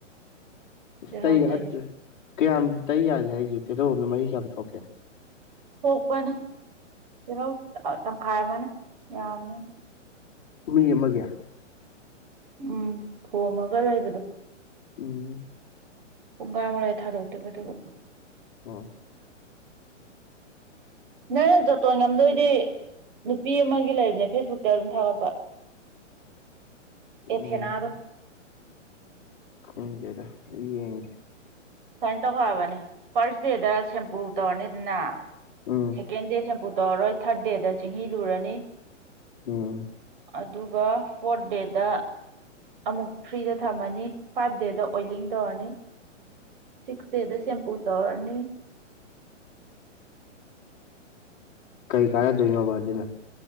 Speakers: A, on the right; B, on the left.
A: ꯇꯤꯜꯍꯧ
B: ꯇꯩ
A: ꯇꯩꯔꯤ
B: ꯑꯗꯨ ꯀꯌꯥꯝ ꯇꯩ ꯌꯥꯒꯦ ꯍꯥꯏꯁꯦ ꯇꯦꯜꯍꯧ ꯑꯃꯅ ꯃꯍꯤ ꯀꯌꯥꯝ ꯊꯣꯛꯀꯦ
A: ꯊꯣꯛꯄꯅꯦ ꯇꯤꯜꯍꯧ ꯇꯪꯈꯥꯏ ꯑꯃꯅ ꯌꯥꯕꯅꯦ ꯑꯗꯨꯝ
B: ꯃꯤ ꯑꯃꯒꯤ
A: ꯎꯝ ꯊꯣꯝꯃꯒ ꯂꯩꯕꯗꯣ
B: ꯎꯝ
A: ꯄꯨꯡꯈꯥꯃꯨꯛ ꯂꯩꯔꯒ ꯊꯥꯗꯣꯛꯇꯣꯏꯕ ꯑꯗꯨꯒ
B: ꯑꯣ
A: ꯅꯪꯅ ꯖꯣꯇꯣꯟ ꯉꯝꯗꯣꯏꯗꯤ ꯅꯨꯄꯤ ꯑꯃꯒꯤ ꯂꯩꯕꯅꯦ ꯐꯦꯁꯕꯨꯛꯇ ꯑꯗꯨꯝ ꯊꯥꯒꯠꯄ ꯑꯦꯊꯦꯅꯥꯗꯣ
B: ꯎꯝ ꯈꯪꯗꯦꯗ ꯑꯩ ꯌꯦꯡꯒꯦ
A: ꯁꯨꯃꯥꯏꯅ ꯇꯧ ꯍꯥꯏꯕꯅꯦ ꯐꯥꯔꯁ ꯗꯦꯗ ꯁꯦꯝꯄꯨ ꯇꯧꯔꯅꯤꯗꯅ
B: ꯎꯝ
A: ꯁꯦꯀꯦꯟ ꯗꯦ ꯁꯦꯝꯄꯨ ꯇꯧꯔꯔꯣꯏ ꯊꯥꯔꯠ ꯗꯦꯗ ꯆꯤꯡꯍꯤ ꯂꯨꯔꯅꯤ
B: ꯎꯝ
A: ꯑꯗꯨꯒ ꯐꯣꯔꯠ ꯗꯦꯗ ꯑꯃꯨꯛ ꯐ꯭ꯔꯤꯗ ꯊꯝꯃꯅꯤ ꯐꯥꯏꯚ ꯗꯦꯗ ꯑꯣꯏꯂꯤꯡ ꯇꯧꯔꯅꯤ ꯁꯤꯛꯁ ꯗꯦꯗ ꯁꯦꯝꯄꯨ ꯇꯧꯔꯅꯤ
B: ꯀꯔꯤ ꯀꯥꯟꯅꯗꯣꯏꯅꯣꯕ ꯑꯗꯨꯅ